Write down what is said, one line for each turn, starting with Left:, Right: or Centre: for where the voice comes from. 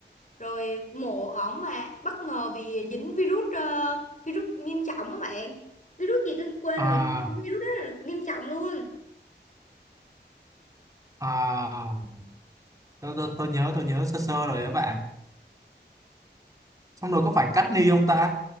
Left: rồi mổ ổng mà bất ngờ bị dính virus ờ, virus nghiêm trọng á bạn. Virus gì tôi quên
Right: à
Left: rồi, nhưng mà virus đó là nghiêm trọng luôn.
Right: à tôi, tôi, tôi nhớ tôi nhớ sơ sơ rồi các bạn xong rồi có phải cắt ni không ta